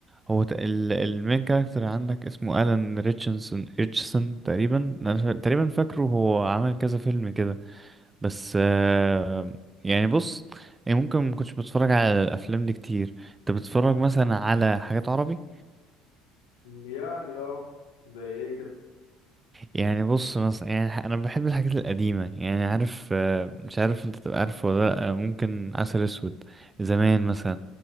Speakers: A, on the right (about 20°); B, on the left (about 65°).
A: هو ت- ال المين كاركتر عندك اسمه الان ريتشنسون ريتشسون تقريبا انا فا- تقريبا فاكره هو عمل كذا فيلم كده بس آه، يعني بص يعني ممكن ما كنتش بتفرج على الافلام دي كتير انت بتتفرج مثلا على حاجات عربي
B: يعني اه زي ايه كده
A: يعني بص مثلا يعني ح- انا بحب الحاجات القديمه يعني عارف آه، مش عارف انت تبقى عارف ولا لا ممكن عسل اسود زمان مثلا